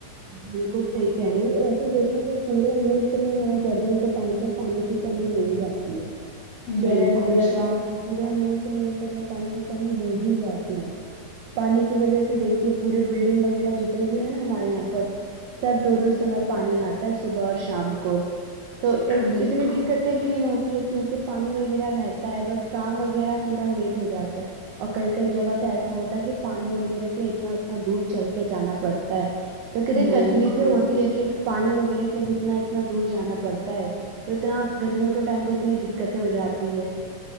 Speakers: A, on the right; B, on the left.
A: بالکل صحیح کہہ رہی ایسا دیکھا جو پورے ملک میں نہ گرمیوں ٹائم پہ پانی کی کمی ہو ہی جاتی ہے شہر
B: بالکل
A: ہو یا
B: صحیح
A: گاؤں ہو پورے ملک میں دیکھا ج پانی کی کمی ہو ہی جاتی ہے پانی کی وجہ سے دیکھیے پوری بلڈنگ وغیرہ جتنی بھی ہے نا ہمارے یہاں پر تب دو دو سمے پانی آتا ہے صبح اور شام کو تو
B: بالکل
A: اتنی دقت بھی نہیں ہوتی ہے کیونکہ پانی وغیرہ رہتا ہے بس کام وغیرہ پورا لیٹ ہو جاتا ہے اور کئی کئی جگہ تو ایسا ہوتا ہے کہ پانی وغیرہ پہ اتنا اتنا دور چل کے جانا پڑتا ہے تو کتنی
B: بالکل
A: تکلیفیں ہوتی ہے کہ پانی وغیرہ کے لیے بھی اتنا اتنا دور جانا پڑتا ہے تو اتنا گرمیوں کے ٹائم پہ اتنی دقتیں ہو جاتی ہے